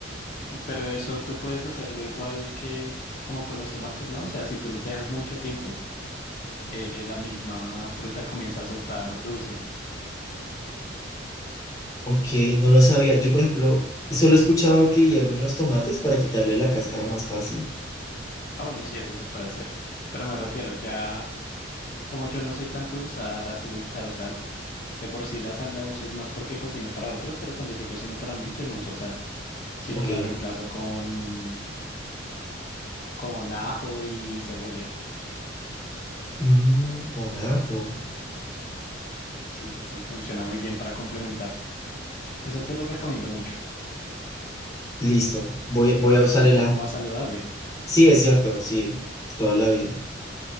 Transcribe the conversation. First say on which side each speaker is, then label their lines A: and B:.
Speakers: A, on the left (about 50°); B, on the left (about 20°).
A: Pero eso tú puedes hacerlo igual que como con los tomates, ¿no? O sea, si tú los dejas mucho tiempo, eh, la misma fruta comienza a soltar dulce.
B: ok, no lo sabía. Yo, por ejemplo, solo he escuchado que hierven los tomates para quitarle la cáscara más fácil.
A: Ah, bueno, sí, eso se puede hacer. Pero me refiero, ya como yo no soy tanto de usar azúcar o sal, de por sí la sal la uso es más porque cocino para otros, pero cuando yo cocino para mí, yo no uso sal, sino
B: Ok,
A: la reemplazo con, con ajo y cebolla.
B: mm, con ajo.
A: Sí, sí, sí, funciona muy bien para complementar. Eso te lo recomiendo mucho.
B: Listo, voy, voy
A: Y pues
B: a usar
A: es un
B: el
A: poco
B: ajo.
A: más saludable.
B: Sí, es cierto, sí, toda la vida.